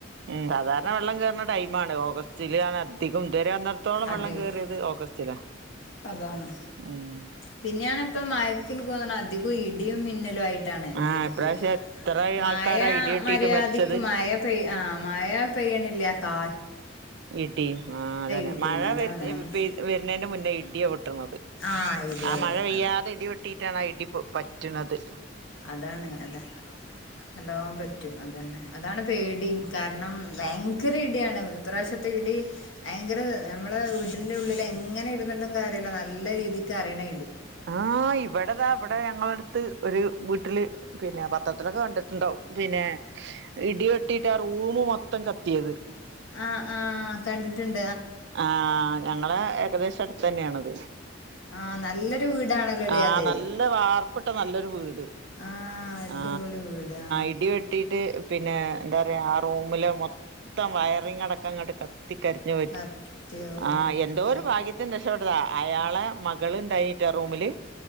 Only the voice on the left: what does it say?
അധികം
അതാണ്.
പിന്നെയാണ് പ്പ മയക്ക്ൻക്കോന്ന്ണ് അധികും ഇടിയും മിന്ന മന്നലായിട്ടാണ് ബുദ്ധിമുട്ട്.
മയാ
മര്യാദക്ക്
മയ പെയ് ആ മയാ പെയ്യ്ണില്ല കാ
ഇടിയും
അതാണ്
ഭയങ്ക
ആ ഇടിയാ
പൊട്ടണത്
അതാണ് അല എല്ലാം പറ്റും അതന്നെ. അതാണ് പേടിം കാരണം ഭയങ്കര ഇട്യണ് വിപ്രാവശ്യത്തെ ഇടി ഭയങ്കര നമ്മളെ വീട്ടിന്റെ ഉള്ളില് എങ്ങനെ ഇടുന്നിട്ടും കാര്യല്ല നല്ല ഇടി അറിയണ
ആ ആ കണ്ടിട്ടുണ്ട്
ആ നല്ലൊരു വീടാണല്ലോല്ലേ
അത്
ആഹ് അടിപൊളി
വീടാ
സത്യവുന്റെമ്മ